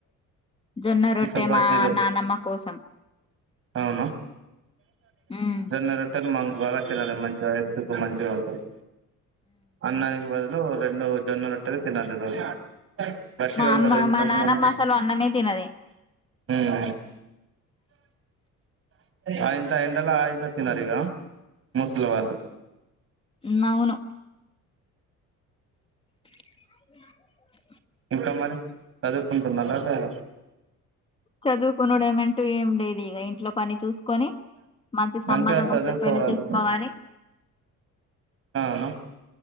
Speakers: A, on the left (about 20°); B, on the right (about 45°).
A: జొన్న రొట్టె
B: ఇంకా బజ్జీలు
A: మా నానమ్మ కోసం
B: అవునా
A: ఉమ్
B: జొన్న రొట్టలు మంగ్ వల్ల తినాలి మంచిగా హెల్తుకు మంచిగా ఉంటది అన్నానికి బదులు రెండు జొన్న రొట్టెలు తినదు రోజు గట్టిగా
A: మా
B: ఉంటారు
A: అమ్మ
B: ఇంతకుముందు
A: మా నానమ్మ అసలు అన్నమే తినది
B: ఉమ్ ఆ ఇంత ఎండలా ఆ ఇంత తినరిగ ముసలల్ వాళ్ళు
A: నవును ఉ
B: ఇంకా మరి చదువుకుంటున్నర లేదా
A: చదువుకునుడెమన్ ఏటు ఏం లేదు ఇగ ఇంట్లో పని చూసుకొని మంచి
B: మంచిగా
A: సంబంధం
B: చదువుకోవాలి
A: వస్తే పెళ్లి చేసుకోవాలి
B: అవునా